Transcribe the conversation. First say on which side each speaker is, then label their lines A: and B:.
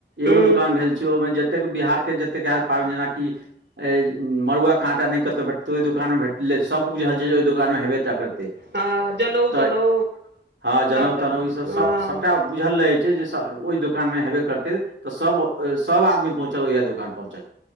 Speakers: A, on the right; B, on the right.
A: ह
B: एगो दुकान भेल छै, ओहिमे जतेक बिहार के जतेक आयल पाबनि जेनाकि ए मड़ुआके आटा नहि कतहु भेटतै ओहि दोकानमे भेटलै। सभके बुझल छै जे ओहि दोकानमे हेबेटा करतै।
A: हँ जनउ
B: तहि
A: तनउ
B: हँ, जनउ
A: सबटा
B: तनउ ईसब
A: हँ
B: सभ सभटा बुझल रहै छै जे ओहि दोकानमे हेबे करतै। तऽ सब सभ आदमी पहुँचल इएह दुकान पहुँचल।